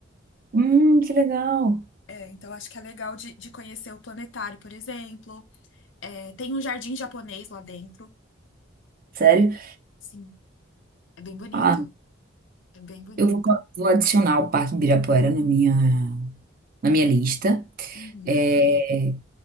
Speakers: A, on the right (about 45°); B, on the left (about 70°).
A: Hum, que legal.
B: É, então acho que é legal de, de conhecer o planetário, por exemplo. É, tem um jardim japonês lá dentro.
A: Sério?
B: Sim, é bem bonito.
A: Ah,
B: É bem bonito.
A: eu vou, co- vou adicionar o Parque Ibirapuera na minha, na minha lista.
B: Uhum,
A: É,